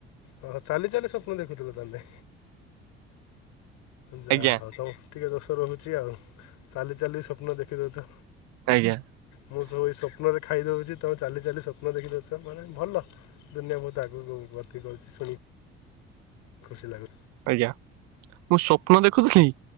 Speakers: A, on the left; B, on the right.
A: ଓ ହୋ ଚାଲି ଚାଲି ସ୍ୱପ୍ନ ଦେଖୁଥିଲ ତାହେଲେ? ଯାହା
B: ଆଜ୍ଞା
A: ହଉ ତମ ଟିକେ ଦୋଷ ରହୁଛି ଆଉ। ଚାଲି ଚାଲି ସ୍ୱପ୍ନ ଦେଖିଦଉଛ।
B: ଆଜ୍ଞା।
A: ମୁଁ ସବୁ ଏଇ ସ୍ୱପ୍ନରେ ଖାଇ ଦେଉଛି ତୁମେ ଚାଲି ଚାଲି ସ୍ୱପ୍ନ ଦେଖି ଦେଉଛ, ମାନେ ଭଲ ଦୁନିଆ ବହୁତ ଆଗକୁ ଗତି କରୁଛି। ଶୁଣି ଖୁସି ଲାଗୁ
B: ଆଜ୍ଞା ମୁଁ ସ୍ୱପ୍ନ ଦେଖୁଥିଲି